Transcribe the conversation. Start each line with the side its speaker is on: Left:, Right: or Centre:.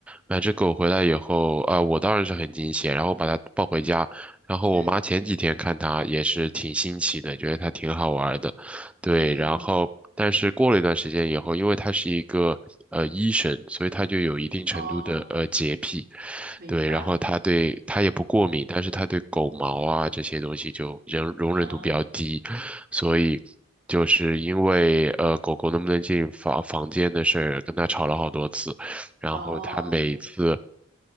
Centre: 买只狗回来以后，啊、我当然是很惊喜，然后把它抱回家。然后我妈前几天看它也是挺新奇的，
Right: 嗯
Centre: 觉得它挺好玩儿的，对。
Right: 嗯，
Centre: 然后，但是过了一段时间以后，因为它是一个呃医生，所以它就有一定程度的呃洁癖，
Right: 哦，明白
Centre: 对。然后它对它也不过敏，但是它对狗毛啊这些东西就容容忍度比较低，
Right: 啊，
Centre: 所以。就是因为呃，狗狗能不能进房房间的事儿，跟它吵了好多次，然后它每次
Right: 哦，